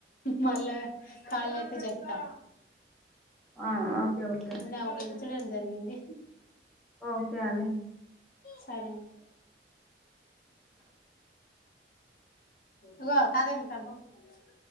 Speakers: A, on the left; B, in the centre.
A: మళ్ళా ఖాళీ అయితే చెప్తా
B: ఆ ఓకే ఓకే
A: నిన్న పెంచడం జరిగింది
B: ఓకే అండి
A: సరే అండి అగో తాతయ్య పిలుత్తాండు పో